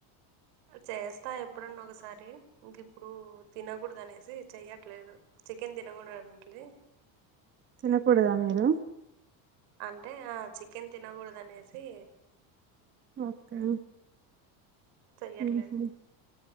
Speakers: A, on the right; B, on the right.
A: చేస్తా ఎప్పుడన్నా ఒకసారి ఇంకిప్పుడు తినకూడదు అనేసి చెయ్యట్లేదు చికెన్ తినకూడదు అంట్లి
B: తినకూడదా మీరు
A: అంటే ఆ చికెన్ తినకూడదు అనేసి
B: ఓకే
A: చెయ్యట్లేదు
B: మ్మ్ఉమ్మ్